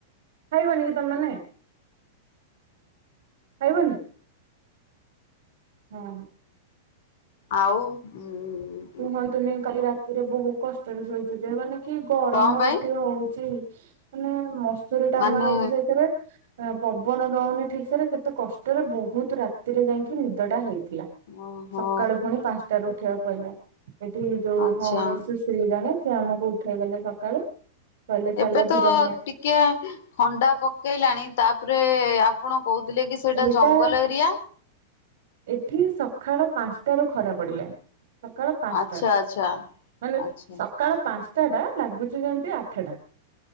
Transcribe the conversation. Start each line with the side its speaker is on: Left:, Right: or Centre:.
Right: ଖାଇବନି କି ତମ ମାନେ? ଖାଇବନି? ହଁ।
Left: ଆଉ ଉଁ
Right: କୁହନ୍ତୁନି କାଲି ରାତିରେ ବହୁ କଷ୍ଟରେ ଶୋଇଛୁ ଯେ ମାନେ କି ଗରମ
Left: କଣ ପାଇଁ?
Right: ଏଠି ହଉଚି ମାନେ ମସୁରୀ ଟଙ୍ଗା
Left: ମାନେ
Right: ହଉଚି ସେଇ ତିରେ ପବନ ଦଉନି ଠିକ୍ ସେରେ କେତେ କଷ୍ଟରେ ବହୁତ ରାତିରେ ଯାଇକି ନିଦଟା ହେଇ ଥିଲା
Left: ଓହୋ
Right: ସକାଳୁ ଫୁଣୀ ପାଞ୍ଚଟ ରୁ ଉଠିବାକୁ ପଇଲା ଏଠି ଯୋଉ
Left: ଆଚ୍ଛା
Right: ଭଉଣୀ ସିଶ୍ ସ୍ତ୍ରୀ ଜଣେ ସିଏ ଆମକୁ ଉଠେଇଦଲେ ସକାଳେ କହିଲେ
Left: ଏବେ
Right: ଚାଲ
Left: ତ
Right: ଯିବା ମେ
Left: ଟିକେ ଥଣ୍ଡା ପକେଇଲାଣି ତାପରେ ଆ ଆପଣ କହୁଥିଲେ କି ସେଇଟା
Right: ଏଇଟା
Left: ଜଙ୍ଗଲ ଏରିଆ।
Right: ଏଠି ସକାଳ ପାଞ୍ଚଟାରୁ ଖରା ପଡ଼ିଲା। ସକାଳ ପାଞ୍ଚଟା
Left: ଆଚ୍ଛା ଆଚ୍ଛା
Right: ମାନେ
Left: ଆଚ୍ଛା
Right: ସକାଳ ପାଞ୍ଚଟା ଟା ଲାଗୁଛି ଯେମିତି ଆଠଟା।